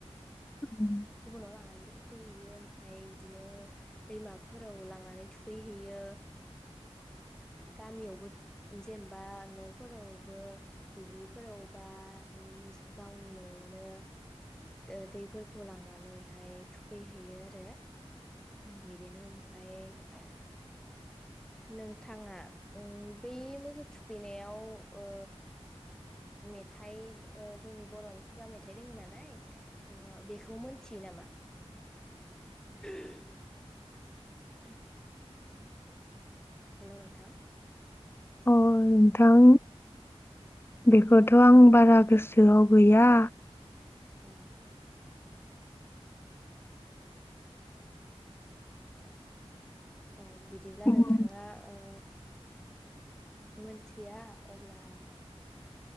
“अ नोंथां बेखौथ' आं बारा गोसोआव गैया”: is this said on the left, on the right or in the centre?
Left